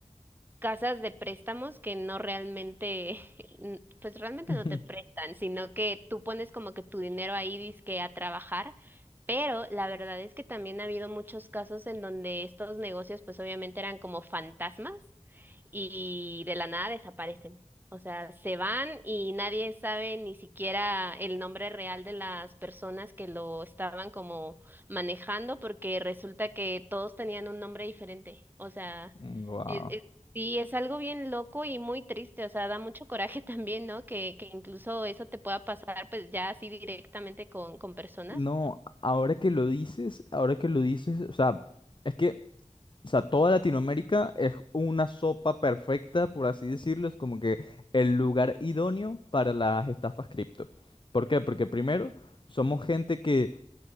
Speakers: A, on the right; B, on the left.
A: casas de préstamos que no realmente, <laughs> n- pues realmente
B: <laughs>
A: no te prestan, sino que tú pones como que tu dinero ahí dizque a trabajar, pero la verdad es que también ha habido muchos casos en donde estos negocios pues obviamente eran como fantasmas y de la nada desaparecen. O sea, se van y nadie sabe ni siquiera el nombre real de las personas que lo estaban como manejando porque resulta que todos tenían un nombre diferente. O sea,
B: Wow.
A: e- es, Sí, es algo bien loco y muy triste, o sea, da mucho coraje <laughs> también, ¿no? Que, que incluso eso te pueda pasar, pues ya así directamente con, con personas.
B: No, ahora que lo dices, ahora que lo dices, o sea, es que O sea, toda Latinoamérica es una sopa perfecta, por así decirlo, es como que el lugar idóneo para las estafas cripto. ¿Por qué? Porque primero, somos gente que